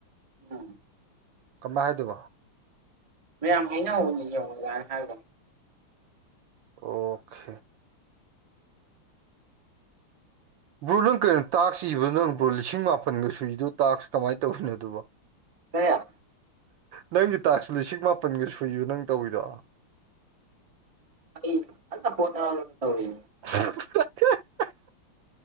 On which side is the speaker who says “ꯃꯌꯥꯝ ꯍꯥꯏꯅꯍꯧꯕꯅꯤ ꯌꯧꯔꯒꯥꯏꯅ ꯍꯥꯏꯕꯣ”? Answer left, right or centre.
Right